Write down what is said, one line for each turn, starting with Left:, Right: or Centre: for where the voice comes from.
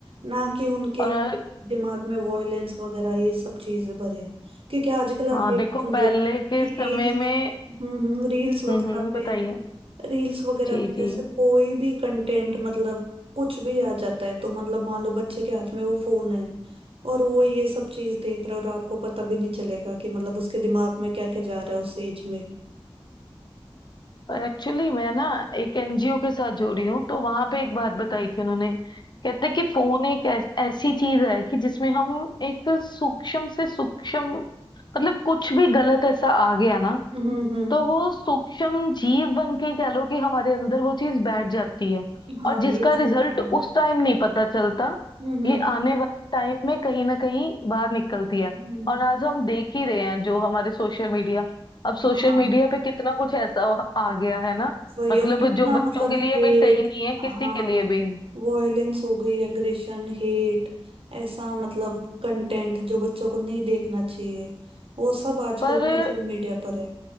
Right: ना कि उनके
Left: और हर
Right: दिमाग में वॉयलेंस वगैरह ये सब चीजें भरे क्योंकि आजकल आप
Left: हाँ
Right: देखते
Left: देखो
Right: होंगे
Left: पहले के
Right: कि
Left: समय
Right: रील्स
Left: में
Right: हम्म रील्स वगैरह
Left: हम्म हम्म,
Right: पे
Left: बताइए
Right: रील्स वगैरह
Left: जी
Right: पे
Left: जी
Right: जैसे कोई भी कंटेंट मतलब कुछ भी आ जाता है तो मतलब मान लो बच्चे के हाथ में वो फोन है और वो ये सब चीज देख रहा है और आपको पता भी नहीं चलेगा कि मतलब उसके दिमाग में क्या क्या जा रहा है उस एज में
Left: एक्चुअली मैं ना एक एनजीओ के साथ जुड़ी हूँ तो वहां
Right: हम्म
Left: पे एक बात बताई थी उन्होंने कहते कि फोन एक ऐस, ऐसी चीज है कि जिसमें हम एक सूक्ष्म से सूक्ष्म मतलब कुछ भी गलत ऐसा आ गया ना
Right: हम्म हम्म हम्म।
Left: तो वो सूक्ष्म जीव बन के ही कह लो कि हमारे अंदर वो चीज बैठ जाती है
Right: हाँ
Left: और
Right: ये
Left: जिसका
Right: चीज
Left: रिजल्ट
Right: तो
Left: उस
Right: है
Left: टाइम नहीं पता चलता
Right: हम्म हम्म
Left: ये आने वाले टाइम में कहीं ना कहीं बाहर निकलती है
Right: हम्म।
Left: और आज हम देख ही रहे हैं जो हमारे सोशल मीडिया अब सोशल
Right: हाँ
Left: मीडिया पे कितना कुछ ऐसा आ गया है ना
Right: वही
Left: मतलब
Right: और कितना
Left: जो बच्चों
Right: मतलब
Left: के लिए
Right: हेट
Left: भी सही नहीं है किसी
Right: हाँ
Left: के लिए भी
Right: वॉयलेंस हो गई एग्रेशन हेट ऐसा मतलब कंटेंट जो बच्चों को नहीं देखना चाहिए वो सब आजकल
Left: पर
Right: सोशल मीडिया पर है